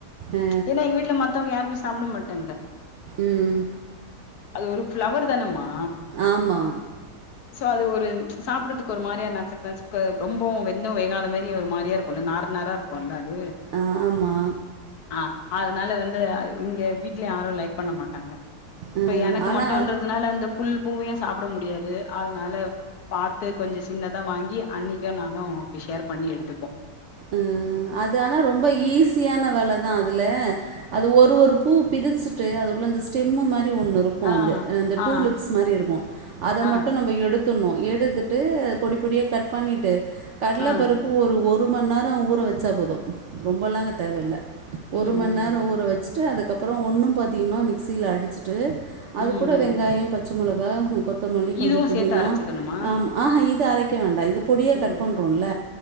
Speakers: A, on the right; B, on the left.
A: அ.
B: ஏன்ன எங்க வீட்ல மத்தவங்க யாருமே சாப்பிட மாட்டாங்க
A: ம்.
B: அது ஒரு ஃப்ளவர் தானேமா
A: ஆமா
B: சோ அது ஒரு சாப் சாப்பிட்றதுக்கு ஒரு மாரியா நசக் நசக் ரொம்ப வெந்து வேகாதமாரி ஒரு மாரியா இருக்குல நா நற இருக்குல அது
A: ஆமா
B: ஆ அதனால வந்து இங்க வீட்லயு யாரு லைக் பண்ண மாட்டாங்க
A: அ
B: சோ எனக்கு
A: ஆனா
B: மட்டுன்றதுனால அந்த ஃபுல் பூவயு சாப்ட முடியாது அதனால பாத்து கொஞ்சோ சின்னதா வாங்கி அண்ணிக்கு நானு அப்டி ஷேர் பண்ணி எடுத்துப்போ
A: ம் அது ஆனா ரொம்ப ஈஸியான வேலதா அதுல அது ஒரு ஒரு பூ பிரிச்சுட்டு அது உள்ள அந்த ஸ்டெம்மு மாரி ஒன்னு இருக் கு
B: ஆ
A: அது அந்த
B: ஆ
A: டூலிப்ஸ் மாரி இருக்கு அத
B: ஆ
A: மட்டு நம்ம எடுத் த்துர்னு எடுத்துட்டு பொடி பொடியா கட் பண்ணிட்டு கடல
B: ஆ
A: பருப்பு ஒரு ஒரு ஒரு மணிநேரோ ஊற வச்சா போது ரொம்பலா தேவயில்ல
B: ம்
A: ஒரு மணிநேரோ
B: ம்
A: ஊற வச் அதுக்கப்பறோ ஒன்னு பாதியுமா மிக்ஸில அடுச்சுட்டு அது
B: ம்
A: கூட
B: ம்
A: வெங்காய பச் பச்சமிளகா கொத்தமல்லி கொஞ்சோ
B: இதுவு
A: புதினா
B: சேத்து அரச்சுக்கணுமா
A: ஆமா ஆஹா இது அரைக்க வேண்டா இது பொடியா
B: ம்
A: கட் பண்றோன்ல